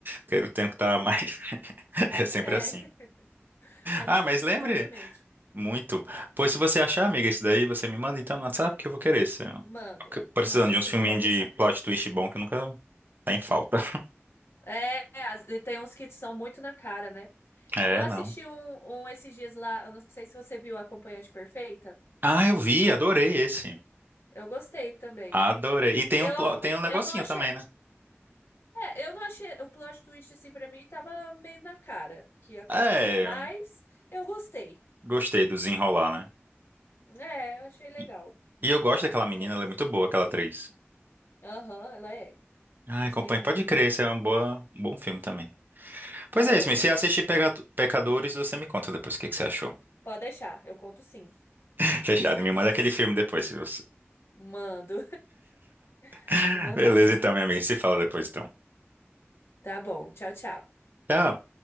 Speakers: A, on the right; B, on the left.
A: quero tempo que tá mais. <laughs> É sempre
B: É.
A: assim.
B: A lista
A: Ah, mas
B: fica
A: lembre
B: eternamente.
A: muito. Pois se você achar, amiga, esse daí, você me manda então no WhatsApp que eu vou querer. Se-
B: Mando.
A: Precisando
B: Mando
A: de
B: sim,
A: uns filminhos
B: pode deixar.
A: de plot twist bom que nunca tá em falta.
B: É, as- e tem uns que são muito na cara, né?
A: É,
B: Eu assisti
A: não.
B: um, um esses dias lá, eu não sei se você viu Acompanhante Perfeita.
A: Ah, eu vi, adorei esse.
B: Eu gostei também.
A: Adorei. E tem
B: Eu,
A: um, plo- tem um negocinho
B: eu não achei.
A: também, né?
B: É, eu não achei. O plot twist, assim, pra mim, tava meio na cara que ia acontecer.
A: É,
B: Mas eu gostei.
A: gostei do desenrolar, né?
B: É, eu achei legal.
A: E, e eu gosto daquela
B: Diferente.
A: menina, ela é muito boa, aquela atriz.
B: Aham, ela é.
A: Ai,
B: Gostei
A: companhia,
B: muito.
A: pode crer, esse é um, boa, um bom filme também. Pois
B: É,
A: é isso, mas se assistir Pega- Pecadores, você me conta depois o que, que você achou.
B: pode deixar. Eu conto sim,
A: <laughs> Fechado,
B: com certeza.
A: me manda aquele filme depois. Se você...
B: Mando. <laughs>
A: <laughs>
B: Vou mandar.
A: Beleza, então, minha amiga, se fala depois, então.
B: Tá bom. Tchau, tchau.
A: Tchau.